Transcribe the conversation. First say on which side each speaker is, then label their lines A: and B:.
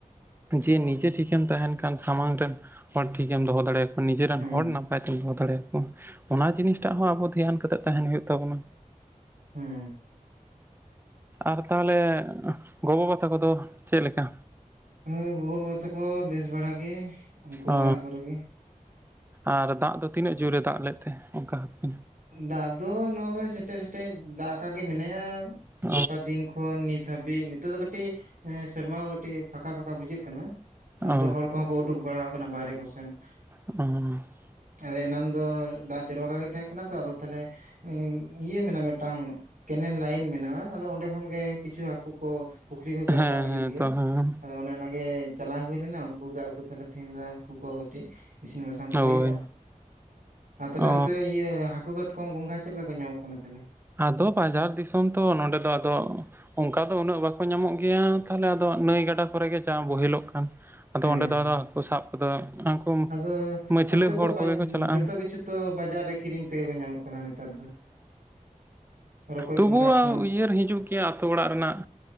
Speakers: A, on the right; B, on the right.
A: ᱡᱮ ᱱᱤᱡᱮ ᱴᱷᱤᱠ ᱮᱢ ᱛᱟᱦᱮᱱ ᱠᱷᱟᱱ ᱥᱟᱢᱟᱝ ᱨᱮᱱ ᱦᱚᱲ ᱴᱷᱤᱠ ᱮᱢ ᱫᱚᱦᱚ ᱫᱟᱲᱮ ᱱᱤᱡᱮ ᱨᱮᱱ
B: ᱦᱮᱸ
A: ᱦᱚᱲ ᱱᱟᱯᱟᱭ ᱛᱮᱢ ᱫᱚᱦᱚ ᱫᱟᱲᱮᱭᱟ ᱠᱚᱣᱟ, ᱚᱱᱟ ᱡᱤᱱᱤᱥ ᱴᱟᱜ ᱦᱚᱸ ᱟᱵᱚ ᱫᱷᱮᱭᱟᱱ ᱠᱟᱛᱮ ᱛᱟᱦᱮᱱ ᱦᱩᱭᱩᱜ ᱛᱟᱵᱚᱱᱟ
B: ᱦᱩᱸ
A: ᱟᱨ ᱛᱟᱦᱞᱮ ᱜᱚ ᱵᱟᱵᱟ ᱛᱟᱠᱚ ᱫᱚ ᱪᱮᱫ ᱞᱮᱠᱟ?
B: ᱦᱳᱭ ᱜᱚᱜᱚ ᱵᱟᱵᱟ ᱛᱟᱠᱚ ᱵᱮᱥ ᱵᱟᱲᱟ ᱜᱮ ᱩᱱᱠᱩ ᱦᱚᱸ
A: ᱚ
B: ᱚᱲᱟᱜ ᱠᱚᱨᱮ ᱜᱮ
A: ᱟᱨ ᱫᱟᱜ ᱫᱚ ᱛᱤᱱᱟᱹᱜ ᱡᱳᱨ ᱮ ᱫᱟᱜ ᱞᱮᱫ ᱛᱮ ᱚᱱᱠᱟ ᱦᱟᱹᱠᱩ
B: ᱫᱟᱜ ᱫᱚ ᱱᱚ-ᱚᱭ ᱥᱮᱴᱮᱡ ᱥᱮᱴᱮᱡ ᱫᱟᱜ ᱟᱠᱟ ᱜᱮ ᱢᱮᱱᱟᱭᱟ
A: ᱚ
B: ᱜᱚᱴᱟ ᱫᱤᱱ ᱠᱷᱚᱱ ᱱᱤᱛ ᱦᱟᱹᱵᱤᱡ ᱱᱤᱛᱚᱜ ᱫᱚ ᱠᱟᱹᱴᱤᱡ ᱥᱮᱨᱢᱟ ᱠᱚ ᱠᱟᱹᱴᱤᱡ ᱯᱷᱟᱸᱠᱟ ᱯᱷᱟᱸᱠᱟ ᱵᱩᱡᱷᱟᱹᱜ ᱠᱟᱱᱟ <unintelligible>
A: ᱚ
B: ᱦᱚᱲ ᱠᱚᱦᱚᱸ ᱠᱚ ᱳᱰᱳᱠ ᱵᱟᱲᱟ ᱟᱠᱟᱱᱟ ᱵᱟᱦᱨᱮ ᱠᱚ‌ᱥᱮᱱ
A: <unintelligible>
B: ᱟᱫᱚ ᱮᱱᱟᱱ ᱫᱚ ᱫᱟᱜ ᱡᱚᱨᱚ ᱟᱠᱟ ᱜᱮ ᱛᱟᱦᱮ ᱚᱱᱟ ᱛᱚ ᱟᱫᱚ ᱛᱟᱦᱞᱮ ᱤᱭᱟᱹ ᱢᱮᱱᱟᱜᱼᱟ ᱢᱤᱫᱴᱟᱝ ᱠᱮᱱᱮᱞ ᱞᱟᱹᱭᱤᱱ ᱢᱮᱱᱟᱜᱼᱟ ᱟᱫᱚ ᱚᱸᱰᱮ ᱠᱷᱚᱱ ᱜᱮ ᱠᱤᱪᱷᱩ ᱦᱟᱹᱠᱩ ᱠᱚ ᱯᱩᱠᱷᱨᱤ ᱠᱷᱚᱡ ᱠᱚ
A: ᱦᱮᱸ
B: ᱨᱟᱠᱟᱵ ᱦᱤᱡᱩᱜ ᱜᱮᱭᱟ
A: ᱛᱚ ᱦᱮᱸ
B: ᱟᱫᱚ ᱚᱱᱮ ᱚᱱᱟ ᱜᱮ ᱪᱟᱞᱟᱣ ᱦᱩᱭ ᱞᱮᱱᱟ ᱩᱱᱠᱩ ᱠᱚ ᱟᱜᱩ ᱛᱟᱦᱞᱮ ᱛᱤᱦᱤᱧ ᱫᱚ <unintelligible> ᱠᱚ ᱠᱟᱹᱴᱤᱡ ᱤᱥᱤᱱ ᱵᱟᱥᱟᱝ
A: ᱦᱳᱭ
B: ᱠᱚ ᱦᱩᱭᱩᱜᱼᱟ, ᱟᱨ ᱛᱟᱦᱞᱮ
A: ᱚ
B: ᱚᱱᱛᱮ ᱤᱭᱟᱹ ᱦᱟᱹᱠᱩ ᱠᱟᱴᱠᱚᱢ ᱜᱚᱝᱜᱷᱟ ᱪᱮᱫ ᱞᱮᱠᱟ ᱠᱚ ᱧᱟᱢᱚᱜ ᱠᱟᱱᱟ ᱛᱟᱦᱞᱮ?
A: ᱟᱫᱚ ᱵᱟᱡᱟᱨ ᱫᱤᱥᱚᱢ ᱛᱚ ᱱᱚᱰᱮ ᱫᱚ ᱟᱫᱚ, ᱚᱱᱠᱟ ᱫᱚ ᱩᱱᱟᱹᱜ ᱵᱟᱠᱚ ᱧᱟᱢᱚᱜ ᱜᱮᱭᱟ, ᱛᱟᱦᱞᱮ ᱟᱫᱚ ᱱᱟᱹᱭ ᱜᱟᱰᱟ ᱠᱚᱨᱮ ᱜᱮ ᱡᱟ ᱵᱳᱦᱮᱞ ᱚᱜ ᱠᱟᱱ᱾ ᱟᱫᱚ
B: ᱦᱮᱸ
A: ᱚᱸᱰᱮ ᱫᱚ
B: ᱦᱮᱸ
A: ᱟᱫᱚ ᱦᱟᱹᱠᱩ ᱥᱟᱵ ᱠᱚᱫᱚ ᱩᱱᱠᱩ
B: ᱟᱫᱚ
A: ᱢᱟᱹᱪᱷᱞᱟᱹ
B: ᱚᱱᱛᱮ
A: ᱦᱚᱲ
B: ᱛᱚ
A: ᱠᱚᱜᱮ ᱠᱚ ᱪᱟᱞᱟᱜᱼᱟ
B: ᱡᱚᱛᱚ ᱠᱤᱪᱷᱩ ᱛᱚ ᱵᱟᱡᱟᱨ ᱨᱮ ᱠᱤᱨᱤᱧ ᱛᱮᱜᱮ ᱠᱚ ᱧᱟᱢᱚᱜ ᱠᱟᱱᱟ ᱱᱮᱛᱟᱨ ᱫᱚ᱾ ᱨᱚᱠᱚᱡ
A: ᱛᱚᱵᱩ
B: ᱜᱚᱸᱜᱷᱟ
A: ᱦᱚᱸ
B: ᱠᱷᱚᱱ
A: ᱩᱭᱦᱟᱹᱨ ᱦᱤᱡᱩᱜ ᱜᱮᱭᱟ ᱟᱹᱛᱳ ᱚᱲᱟᱜ ᱨᱮᱱᱟᱜ